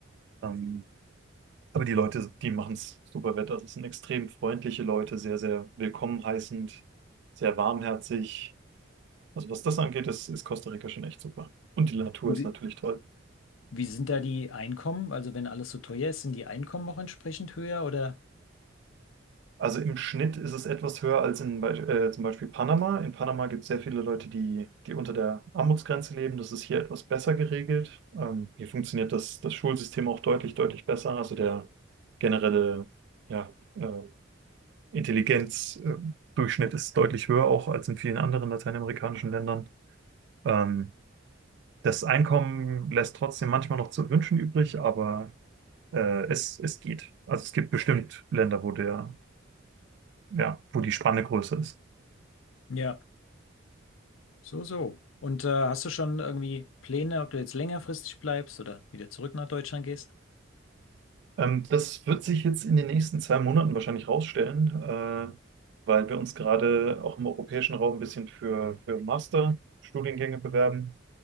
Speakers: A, on the right; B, on the left.
A: Ähm, aber die Leute, die machen es super wett. Also es sind extrem freundliche Leute, sehr, sehr willkommen heißend, sehr warmherzig. Also was das angeht, ist, ist Costa Rica schon echt super. Und die Natur
B: Wie,
A: ist natürlich toll.
B: wie sind da die Einkommen? Also wenn alles so teuer ist, sind die Einkommen auch entsprechend höher oder?
A: Also im Schnitt ist es etwas höher als in Be äh, zum Beispiel Panama. In Panama gibt es sehr viele Leute, die, die unter der Armutsgrenze leben. Das ist hier etwas besser geregelt. Ähm, hier funktioniert das, das Schulsystem auch deutlich, deutlich besser. Also der generelle ja, äh, Intelligenzdurchschnitt ist deutlich höher, auch als in vielen anderen lateinamerikanischen Ländern. Ähm, das Einkommen lässt trotzdem manchmal noch zu wünschen übrig, aber äh, es, es geht. Also es gibt bestimmt Länder, wo der, ja, wo die Spanne größer ist.
B: Ja, so, so. Und äh, hast du schon irgendwie Pläne, ob du jetzt längerfristig bleibst oder wieder zurück nach Deutschland gehst?
A: Ähm, das wird sich jetzt in den nächsten zwei Monaten wahrscheinlich rausstellen, äh, weil wir uns gerade auch im europäischen Raum ein bisschen für, für Masterstudiengänge bewerben